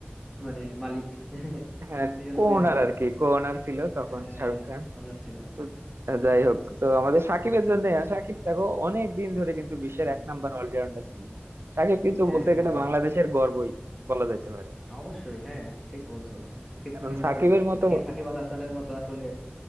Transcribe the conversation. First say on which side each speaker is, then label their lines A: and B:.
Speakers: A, in the centre; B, on the right.
A: মানে মালিক <laughs>
B: হ্যাঁ
A: এই জন্যই
B: কোনার
A: আর কি
B: আর কি কোনার ছিল তখন
A: হ্যাঁ
B: শাহরুখ
A: হ্যাঁ ওনার ছিল
B: তো যাই হোক তো আমাদের সাকিবের
A: উম,
B: জন্য সাকিব দেখো অনেক দিন ধরে কিন্তু বিশ্বের
A: উম,
B: এক নাম্বার অলরাউন্ডার ছিল সাকিব কিন্তু
A: হ্যাঁ
B: বলতে গেলে
A: হ্যাঁ
B: বাংলাদেশের গর্বই বলা যেতে পারে
A: অবশ্যই হ্যাঁ ঠিক বলছো ভাই সাকিব
B: কারণ
A: খানের
B: সাকিবের
A: মতো
B: মতো
A: সাকিব সাকিব আল হাসানের মতো আসলে